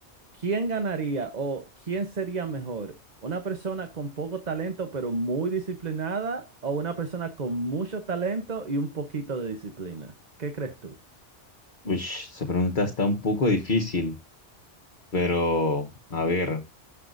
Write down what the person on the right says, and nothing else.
¿quién ganaría o quién sería mejor? ¿Una persona con poco talento pero muy disciplinada o una persona con mucho talento y un poquito de disciplina? ¿Qué crees tú?